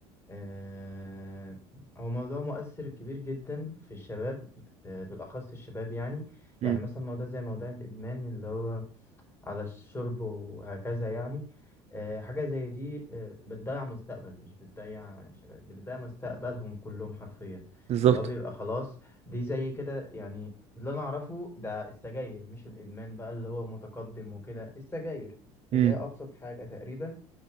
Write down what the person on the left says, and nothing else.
آه، هو موضوع مؤثر كبير جدا في الشباب آه، بالأخص الشباب يعني يعني
مثلا موضوع زي موضوع الإدمان اللي هو على الشرب وهكذا يعني آه، حاجة زي دي آه، بتضيع مستقبل مش بتضيع شباب دي بتضيع مستقبلهم كلهم حرفيا
اللي هو بيبقى خلاص دي زي كده يعني اللي أنا أعرفه ده السجاير مش الإدمان بقى اللي هو متقدم وكده السجاير
اللي هي أبسط حاجة تقريبا